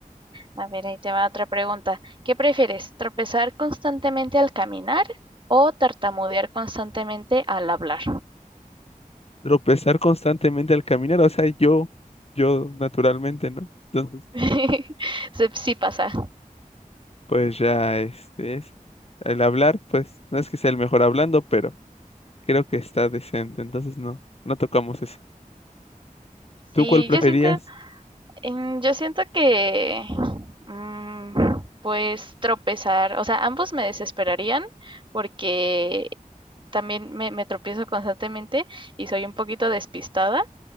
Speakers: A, on the right; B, on the left.
A: A ver, ahí te va otra pregunta. ¿Qué prefieres, tropezar constantemente al caminar o tartamudear constantemente al hablar?
B: Tropezar constantemente al caminar, o sea, yo, yo naturalmente, ¿no? Entonces,
A: <laughs> Se- Sí, pasa.
B: Pues ya, este es el hablar, pues no es que sea el mejor hablando, pero creo que está decente, entonces no, no tocamos ese.
A: Sí,
B: ¿Tú cuál preferías?
A: yo siento, em, yo siento que, mm, pues tropezar, o sea, ambos me desesperarían porque también me, me tropiezo constantemente y soy un poquito despistada.